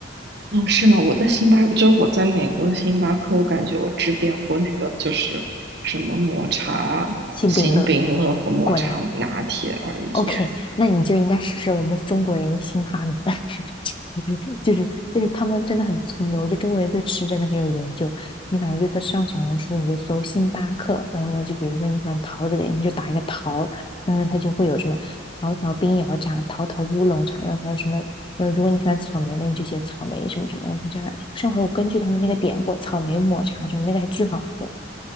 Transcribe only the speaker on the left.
幸饼乐，果然。OK，那你就应该试试我们中国人的新发明，<laughs> 就是就是他们真的很聪明，我觉得中国人对吃真的很有研究。你反正就在上小红书，你就搜星巴克，然后呢，就比如说你喜欢桃子的，你就打一个桃，然后它就会有什么桃桃冰摇茶、桃桃乌龙茶，然后还有什么，然后如果你喜欢草莓的，你就写草莓什么什么的，就这样。上回我根据他们那个点过草莓抹茶什么，那个还巨好喝，